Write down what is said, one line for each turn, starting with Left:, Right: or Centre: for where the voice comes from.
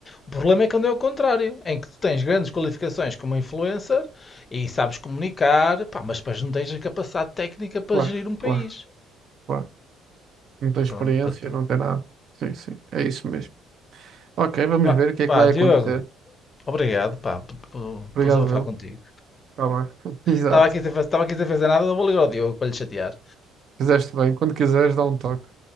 Left: O problema é quando é o contrário, em que tu tens grandes qualificações como influencer e sabes comunicar, pá, mas depois não tens a capacidade técnica para
Right: Claro,
Left: gerir um país.
Right: claro, claro. Não tem experiência,
Left: Pronto, para tu.
Right: não tem nada. Sim, sim. É isso mesmo. Ok, vamos
Left: Pá,
Right: ver o que é
Left: pá,
Right: que vai
Left: Diogo,
Right: acontecer.
Left: obrigado, pá, por, por,
Right: Obrigado,
Left: por desabafar
Right: meu.
Left: contigo.
Right: Tá bem. <laughs> Exato.
Left: Estava aqui, sem faz- tava aqui sem fazer nada, eu vou ligar ao Diogo para lhe chatear.
Right: Fizeste bem. Quando quiseres, dá um toque.